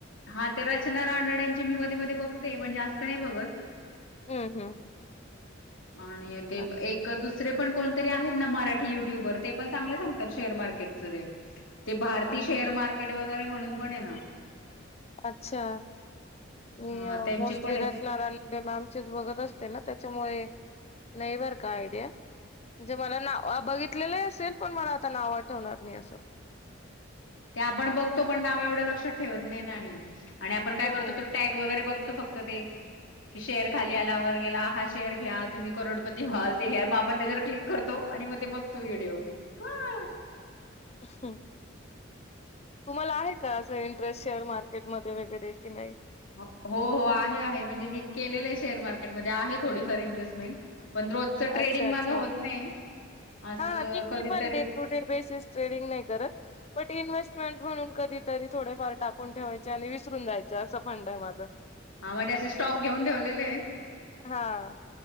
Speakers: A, on the left; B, on the left.
A: हा ते रचना रानडे यांची मी मध्ये मध्ये बघते पण जास्त नाही बघत.
B: हम्म हम्म
A: आणि ते
B: अच्छा
A: एक दुसरे पण कोणते आहेत ना. मराठी युट्युबर ते पण चांगले सांगतात शेअर मार्केटच ते ते भारती
B: अ
A: शेअर मार्केट वगैरे म्हणून पण आहे ना.
B: अच्छा मी
A: हा त्यांचे
B: मोस्टली
A: पण आहेत
B: रचना रानडे मॅमचेच बघत असते ना. त्याच्यामुळे नाही बर का आयडिया म्हणजे मला नाव बघितलेलं असेल पण मला आता नाव आठवणार नाही असं.
A: ते आपण बघतो पण नाव एवढं लक्षात ठेवत नाही ना आणि आणि आपण काय
B: हो.
A: करतो तो टॅग वगैरे बघतो फक्त ते कि शेअर खाली आला व गेला हा. शेअर घ्या तुम्ही करोडपती व्हाल. हे बाबा क्लिक करतो आणि बघतो मग ते व्हिडिओ हा
B: हो तुम्हाला आहे का असं इंटरेस्ट शेअर मार्केटमध्ये वगैरे कि नाही?
A: हो हो आहे आहे. म्हणजे मी केलेलं आहे शेअर मार्केटमध्ये आहे थोडीफार इन्व्हेस्टमेंट पण रोजचं ट्रेडिंग
B: अच्छा अच्छा.
A: माझं होत नाही असं
B: हा नाही मी
A: कधीतरी
B: पण डे टू डे बेसिस ट्रेडिंग नाही करत. बट इन्स्टमेंट म्हणून कधी तरी थोडेफार टाकून ठेवायचे आणि विसरून जायचे. असा फंडा आहे माझा
A: हा म्हणजे असे स्टॉक
B: <unintelligible>
A: घेऊन ठेवलेले आहेत
B: हा..